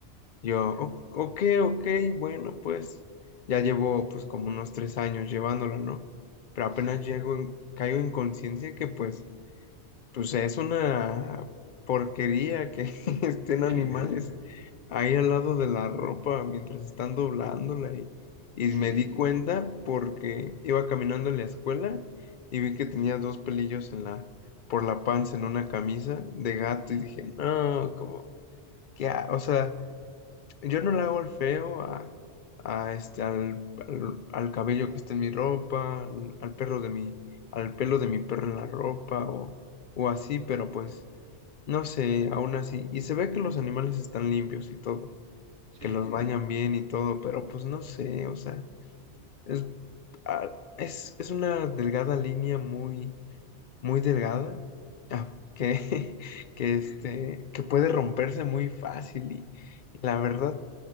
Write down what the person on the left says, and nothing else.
Yo, "O- ok, ok, bueno, pues ya llevo pues como unos tres años llevándola, ¿no? Pero apenas
llego, en- caigo en conciencia que pues pues es una porquería que <laughs> estén
animales ahí al lado de la ropa mientras están doblándola y, y
me di cuenta porque iba caminando en la escuela y vi que tenía dos pelillos en la, por la panza en una camisa de gato
y dije, no, como, ¿qué? ha-?". O sea, yo no le hago el feo a, a este, al, al, al cabello que está en mi ropa, al, al perro de mi, al pelo de mi perro en la ropa o, o así, pero pues no sé, aún así. Y se ve que los animales están limpios y todo,
que los bañan bien y todo, pero pues no sé, o sea, es, ah, es, es una delgada línea muy, muy delgada, ah, que, <laughs> que, este, que puede romperse muy fácil y la verdad.